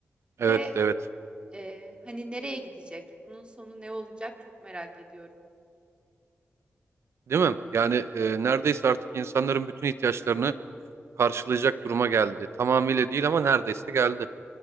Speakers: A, on the right; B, on the right.
A: Ve
B: Evet evet.
A: e, hani nereye gidecek? Bunun sonu ne olacak? Çok merak ediyorum.
B: Değil mi? Yani e, neredeyse artık insanların bütün ihtiyaçlarını karşılayacak duruma geldi. Tamamıyla değil ama neredeyse geldi.